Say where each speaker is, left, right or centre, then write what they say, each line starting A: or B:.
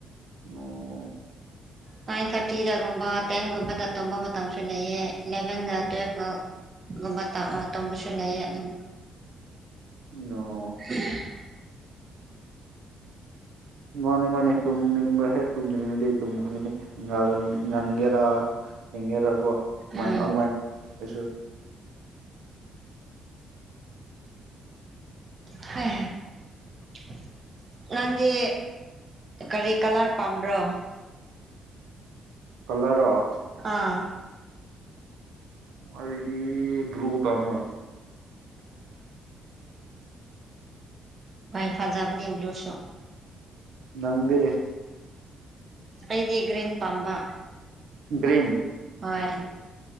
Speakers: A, on the right; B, on the right.
A: ꯑꯣ
B: ꯅꯥꯏꯟ ꯊꯥꯔꯇꯤꯗꯒꯨꯝꯕ ꯇꯦꯟꯒꯨꯝꯕꯗ ꯇꯣꯝꯕ ꯃꯇꯝꯁꯨ ꯂꯩꯌꯦ ꯏꯂꯚꯦꯟꯒ ꯇꯨꯋꯦꯜꯀ ꯕꯥꯇ ꯇꯣꯝꯕꯁꯣꯂꯥꯏ ꯑꯗꯨꯝ
A: ꯑꯣ
B: <inaudible>
A: ꯃꯥꯅꯤ ꯃꯥꯅꯦ ꯇꯨꯝꯅꯤꯡꯕ꯭ꯔꯥ ꯍꯦꯛ ꯇꯨꯝꯅꯤꯡꯅꯤꯡꯉꯗꯤ ꯇꯨꯝꯈꯦ ꯒꯥꯔ ꯉꯥꯟꯒꯦꯔ ꯊꯦꯡꯒꯦꯔ ꯀꯣ
B: ꯎꯝ
A: ꯃꯥꯏꯟ ꯑꯔꯃꯥꯏꯟꯁꯨ
B: <inaudible> ꯅꯪꯗꯤ ꯀꯔꯤ ꯀꯂꯔ ꯄꯥꯝꯕ꯭ꯔꯣ
A: ꯀꯂꯔꯔꯣ
B: ꯑꯥ
A: ꯑꯩꯗꯤ ꯕ꯭ꯂꯨ ꯄꯥꯝꯃꯦ
B: ꯑꫭ ꯍꯦ ꯐꯖꯕꯅꯤ ꯕ꯭ꯂꯨꯁꯨ
A: ꯅꯪꯗꯤ
B: ꯑꯩꯗꯤ ꯒ꯭ꯔꯏꯟ ꯄꯥꯝꯕ
A: ꯒ꯭ꯔꯤꯟ
B: ꯍꯣꯏ